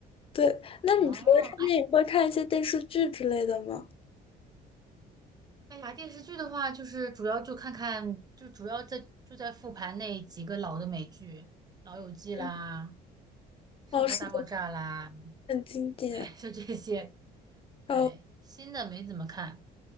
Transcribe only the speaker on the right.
哦，哎
哎呀，电视剧的话，就是主要就看看，就主要在就在复盘那几个老的美剧，《老友记》啦，
《生活大爆炸》啦，
对，<laughs> 就这些。对，
新的没怎么看。